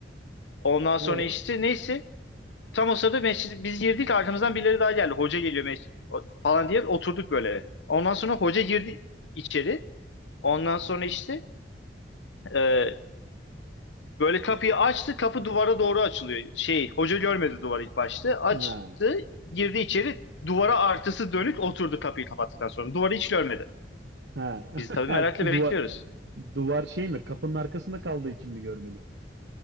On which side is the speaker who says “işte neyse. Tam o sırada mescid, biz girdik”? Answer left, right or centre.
Left